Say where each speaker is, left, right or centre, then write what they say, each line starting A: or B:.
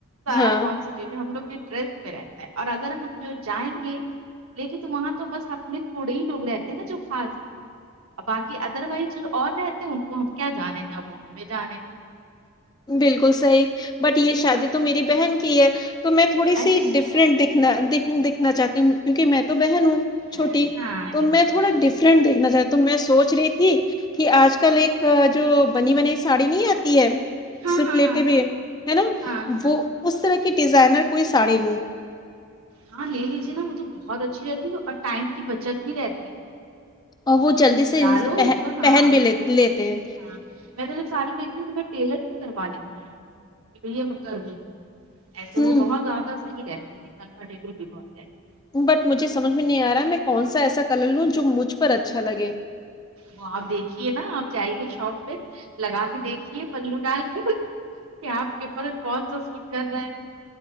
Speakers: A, on the right; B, on the left.
A: سارا
B: ہاں
A: کون س جہ ہم لوگ کے ڈریس پہ رہتا ہے اور اگر ہم جو جائیں گے لیکن وہاں تو بس اپنے تھوڑے ہی لوگ رہتے ہیں نا جو خاص باقی ادر وائز جو اور رہتے ان کو ہم کیا جانیں نہ وہ ہمیں جانیں
B: بالکل صحیح بٹ یہ شادی تو میری بہن کی ہے تو میں تھوڑی سی
A: اچھا
B: ڈفرنٹ دیکھنا دیکھنا چاہتی ہوں کیونکہ میں تو بہن ہوں
A: ہاں
B: چھوٹی
A: ہاں
B: تو
A: یہ
B: میں تھوڑا
A: ہے ہی
B: ڈفرنٹ
A: ہے
B: دیکھنا چاہتی تو میں سونچ رہی تھی کہ آج کل ایک جو بنی بنی ساڑی نہیں آتی ہے
A: ہاں
B: ج
A: ہاں
B: پلیٹیں
A: ہاں
B: بھی
A: ہاں
B: ہے ہے نا
A: ہاں ہاں ہاں
B: وہ اس طرح کی ڈیزائنر کوئی ساڑی لوں
A: ہاں لے لیجیے نا وہ تو بہت اچھی رہتی ہے اور ٹائم کی بچت بھی رہتی ہے
B: اور وہ جلدی
A: بس
B: سے
A: ڈالو
B: انس- پہ-
A: ا کا ہاں
B: پہن بھی لے-
A: بس
B: لیتے ہیں
A: ہاں میں تو جب ساری لیتی ہوں تو میں ٹیلر سے کروا لیتی ہوں کہ بھیا کر دوتی ایسے
B: ہ
A: وہ بہت زیادہ صحیح رہتی ہے کمفرٹیبل بھی بہت رہ ہے
B: بٹ مجھے سمجھ میں نہیں آ رہا ہے میں کون سا ایسا کلر لوں جو مجھ پر اچھا لگے
A: وہ آپ دیکھیے نا آپ جائی گے شاپ پہ لگا کے دیکھیے پلو ڈال کر کہ آپ کے اوپر کون سا سوٹ کر رہا ہے